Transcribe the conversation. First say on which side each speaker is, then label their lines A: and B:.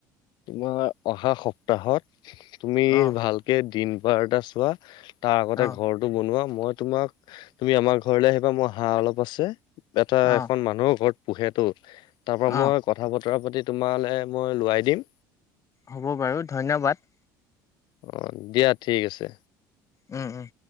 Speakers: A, on the left; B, on the left.
A: তোমাৰ অহা সপ্তাহত তুমি
B: অ
A: ভাল কে দিন বাৰ এটা চোৱা, তাৰ আগতে
B: অ
A: ঘৰ টো বনোৱা মই তোমাক, তুমি আমাৰ ঘৰলে আহিবা, মোৰ হাঁহ অলপ আছে এটা
B: অ
A: এখন মানুহৰ ঘৰত পোহেতো তাৰপৰা মই
B: অ
A: ক কথা বতৰা পাতি তোমালে মই লোৱাই দিম।
B: হ'ব বাৰু, ধন্যবাদ।
A: অ' দিয়া ঠিক আছে।
B: উম, উম।